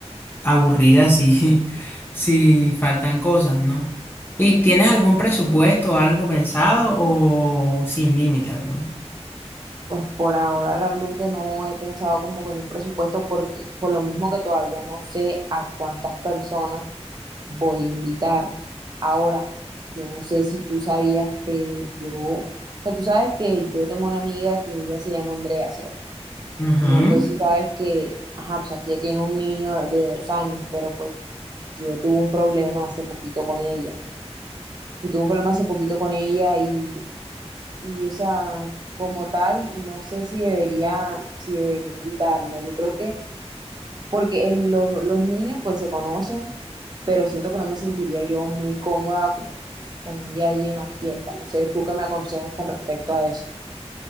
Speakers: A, on the left; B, on the right.
A: aburrida si, <laughs> si faltan cosas, ¿no? ¿Y tienes algún presupuesto o algo pensado o sin límite alguno?
B: Pues por ahora realmente no he pensado como que en un presupuesto porque por lo mismo que todavía no sé a cuántas personas voy a invitar. Ahora, yo no sé si tú sabías, pero yo, o sea, tú sabes que yo tengo una amiga que ella se llama Andrea, ¿cierto?
A: Ujú.
B: No sé si sabes que, ajá, o sea, que ella tiene un niño de dos años, pero pues yo tuve un problema hace poquito con ella. Yo tuve un problema hace poquito con ella y, y, o sea, como tal, no sé si debería, si debería invitarla. Yo creo que, porque en lo- los niños pues se conocen, pero siento que no me sentiría yo muy cómoda con, con ella ahí en la fiesta. No sé, ¿tú qué me aconsejas con respecto a eso?